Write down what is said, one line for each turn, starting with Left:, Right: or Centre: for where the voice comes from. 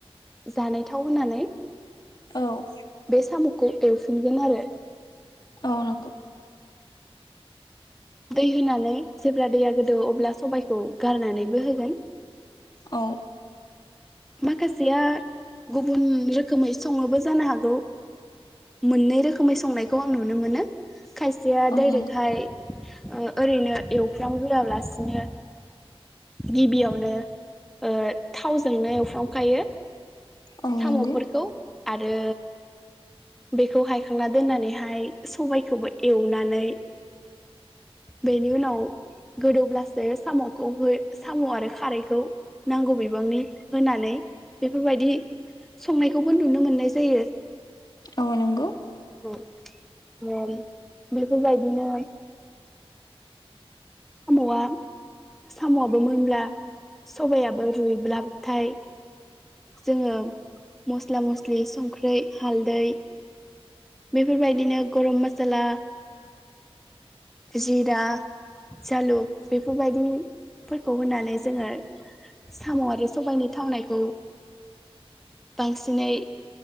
Centre: जानायथाव होनानै
Left: औ
Centre: बे साम'खौ एवफिनगोन आरो ।
Left: औ नखौ
Centre: दै होनानै जेब्ला दैया गोदो अब्ला सबायखौ गारनानैबो होगोन
Left: औ
Centre: माखासेया गुबुन रोखोमै सङोबो जानो हागौ मोननै रोखोमै संनायखौ आं नुनो मोनो खायसेया
Left: औ
Centre: डाइरेक्टहाय
Left: नंगौ
Centre: ओ ओरैनो एवफ्राम गोरालासिनो गिबियावनो ओ थावजोंनो एवफ्रामखायो ।
Left: औ
Centre: साम'फोरखौ
Left: नंगौ
Centre: आरो बेखौ हायखांना दोननानैहाय सबायखौबो एवनानै बेनि उनाव गोदौब्लासो साम'खौ हो साम' आरो खारैखौ नांगौ बिबांनि होनानै बेफोरबायदि संनायखौबो नुनो मोननाय जायो ।
Left: औ नोंगौ ।
Centre: <unintelligible> बेफोरबायदिनो साम'आ साम'आआबो मोनब्ला सबायाइयाबो रुइब्लाबथाय जोङो मस्ला मस्लि संख्रि हालदै बेफोरबायदिनो गरम मसाला जिरा जालुक बेफोरबायदिफोरखौ होनानै जोङो साम' आरो सबायनि थावनायखौ बांसिनै